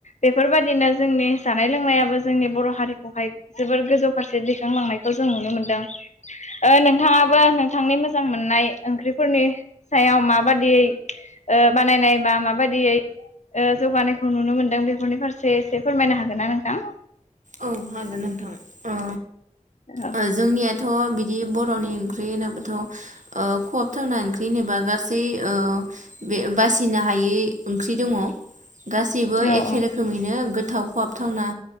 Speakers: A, on the left (about 65°); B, on the right (about 75°).
A: बेफोरबायदिनो जोंनि जानाय लोंनायाबो जोंनि बर' हारिखौ बेहाय जोबोर गोजौ फारसे दैखांलांनायखौ जों नुनो मोनदों ओ नोंथाङाबो नोंथांनि मोजां मोननाय ओंख्रिफोरनि सायाव माबादियै ओ बानायनाय बा माबादियै ओ जौगानायखौ नुनो मोनदों बेफोरनि फारसे एसे फोरमायनो हागोन ना नोंथां?
B: औ हागोन नोंथां ओ
A: औ
B: ओ जोंनिया थ' बिदि बरनि ओंख्रि होनोब्लाथ ओ खहाब थावना ओंख्रि होनोबा गासै ओ बे बासिनो हायै ओंख्रि दङ। गासैबो
A: औ
B: एखे रोखोमैनो गोथाव खहाबथावना